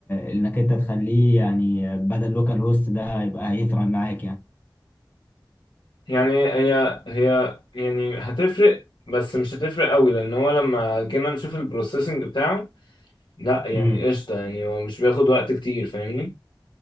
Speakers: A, on the left; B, on the left.
A: انك انت تخليه يعني بدل لوكال هوست ده يبقى هيفرق معاك يعني
B: يعني هي هي يعني هتفرق بس مش هتفرق قوي لان هو لما جينا نشوف البروسيسنج بتاعه لا يعني
A: امم
B: قشطه يعني هو مش بياخد وقت كتير فاهمني